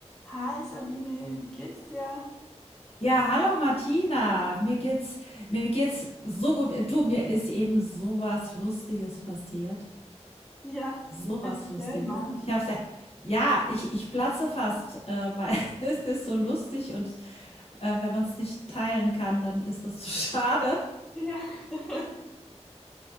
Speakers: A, in the centre; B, on the left.
A: Hi Sabine, wie geht's dir?
B: Ja, hallo Martina. Mir geht's mir geht's so gut. Äh, Du, mir ist eben so was Lustiges passiert.
A: Ja,
B: So
A: erzähl
B: was Lustiges.
A: mal.
B: Ich hab's ja, ja, ich, ich platze fast, äh, weil <laughs> es ist so lustig und äh, wenn man es nicht teilen kann, dann ist das so <laughs> schade.
A: Ja. <laughs>